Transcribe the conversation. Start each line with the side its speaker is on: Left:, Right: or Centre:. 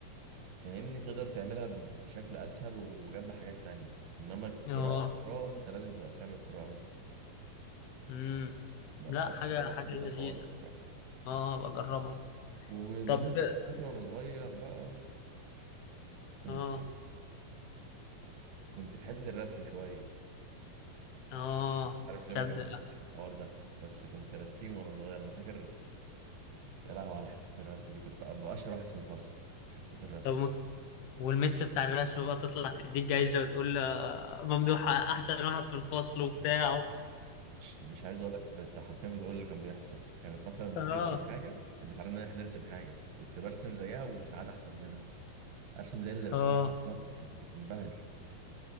Right: فاهمني تقدر تعملها ب- بشكل اسهل وجنب حاجات تانية انما القراءة
Left: اه
Right: القراءة انت لازم تبقى بتعمل قراءة بس
Left: امم
Right: بس
Left: لا
Right: عشان
Left: حاجه
Right: كده
Left: حاجه
Right: حبيت
Left: لذيذه
Right: الحوار بصراحة
Left: اه ابقى اجربها
Right: وبالنصة
Left: طب
Right: لهواياتي وانا صغير بقى كنت
Left: اه
Right: كنت في حتة الرسم شوية
Left: اه
Right: عارف ليه
Left: تصدق
Right: ما كملتش في الحوار ده بس كنت رسيم وانا صغير انا فاكر يا لهوي على حصة الرسم دي كنت أبقى أشهر واحد في الفصل في حصة الرسم
Left: طب ما- والمس بتاع الرسم بقى تطلع تديك جايزة وتقول آه، ممدوح احسن واحد في الفصل وبتاع
Right: مش مش عايز أقول لك أنت أنت حرفيا بتقول اللي كان بيحصل كانت مثلا
Left: اه
Right: بترسم حاجة كانت بتعلمنا إن إحنا نرسم حاجة كنت برسم زيها وساعات أحسن منها أرسم زي اللي رسمها
Left: اه
Right: بالظبط كانت بتنبهر